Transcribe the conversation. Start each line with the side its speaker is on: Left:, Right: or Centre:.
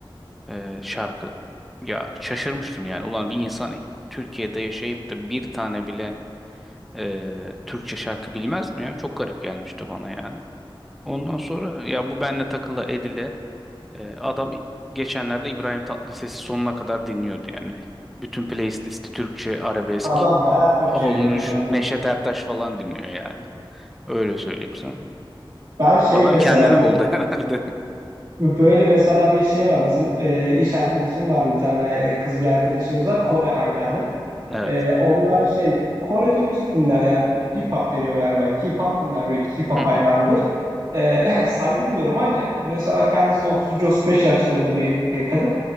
Centre: e, şarkı. Ya şaşırmıştım yani. Ulan bir insan Türkiye'de yaşayıp da bir tane bile ee, Türkçe şarkı bilmez mi ya? Çok garip gelmişti bana yani. Ondan sonra ya bu benle takılı edile e, adam geçenlerde İbrahim Tatlıses'i sonuna kadar dinliyordu yani. Bütün playlisti Türkçe arabesk
Right: Adam bayağı Türkçe'ye
Centre: olmuş.
Right: dönmüş ama.
Centre: Neşet Ertaş falan dinliyor yani. Öyle söyleyeyim sana.
Right: Ben şey
Centre: Adam
Right: mesela
Centre: kendini
Right: bu
Centre: buldu <laughs> herhalde.
Right: bu böyle mesela bir şey var. Bizim e, iş arkadaşım var bir tane e, kız bir arkadaşımız var. Kore hayranı.
Centre: Evet.
Right: Ee, onunla şey Korece müzik dinler yani K-pop deniyor galiba. K-pop dinler böyle K-pop
Centre: Hı hı.
Right: hayranıdır. Ee, <clears throat> saygı duyuyorum ancak mesela kendisi de 33-35 yaşlarında bir e, kadın.